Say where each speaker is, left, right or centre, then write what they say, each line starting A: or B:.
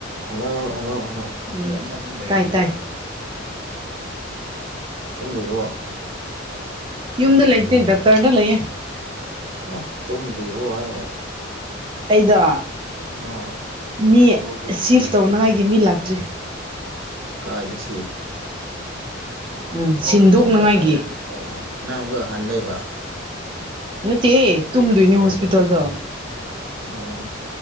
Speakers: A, on the right; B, on the right.
A: Hello hello hello
B: ꯎꯝ ꯇꯥꯏ ꯇꯥꯏ
A: ꯇꯨꯝꯗꯣꯔꯤꯕꯣ
B: ꯌꯨꯝꯗ ꯂꯩꯇꯦ ꯗꯥꯛꯇꯔꯗ ꯂꯩꯌꯦ
A: ꯑ ꯇꯨꯝꯗ꯭ꯔꯤꯕꯣ ꯍꯥꯏꯒ
B: ꯑꯩꯗꯣ
A: ꯑꯧ
B: ꯃꯤ ꯁꯤꯐ ꯇꯧꯅꯉꯥꯏꯒꯤ ꯃꯤ ꯂꯥꯛꯇ꯭ꯔꯤ
A: ꯀꯥꯏꯗ ꯁꯤꯐ
B: ꯎꯝ ꯁꯤꯟꯗꯣꯛꯅꯉꯥꯏꯒꯤ
A: ꯑꯣ ꯑꯣ ꯑꯣ ꯅꯪ ꯑꯃꯨꯛꯀ ꯍꯟꯗꯣꯏꯕ
B: ꯅꯠꯇꯦꯌꯦ ꯇꯨꯝꯗꯣꯏꯅꯤ ꯍꯣꯁꯄꯤꯇꯜꯗ
A: ꯑꯣ